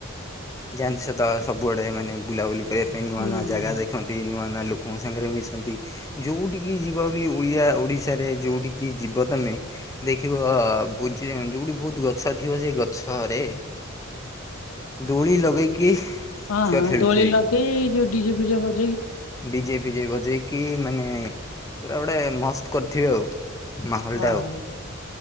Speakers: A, on the left; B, on the left.
A: ଯାଆନ୍ତି ସଦା ସବୁଆଡେ ମାନେ ବୁଲାବୁଲି କରିବା ପାଇଁ ନୂଆ
B: ହୁଁ
A: ନୂଆ ଜାଗା
B: ହୁଁ
A: ଦେଖନ୍ତି। ନୂଆ ନୂଆ ଲୋକଙ୍କ ସାଙ୍ଗରେ ମିଶନ୍ତି। ଯୋଉଠିକି ଯିବ ବି ଓଡିଆ ଓଡିଶାରେ ଯୋଉଠିକି ଯିବ ତୋମେ ଦେଖିବ ବୁଜି ଯୋଉଠି ବହୁତ ଗଛ ଥିବ ସେ ଗଛରେ ଦୋଳି ଲଗେଇକି
B: ହଁ,
A: ଛୁଆ
B: ହଁ
A: ଖେଳୁଥିବେ
B: ଦୋଳି ଲଗେଇ ଯୋଉ ଡିଜେ ଫିଜେ ବଜ
A: ଡିଜେ ଫିଜେ ବଜେଇ କି ମାନେ ପୁରା ଗୋଟେ ମସ୍ତ କରିଥିବେ ଆଉ। ମାହୋଲ
B: ହଁ
A: ଟା ଆଉ।
B: ହଁ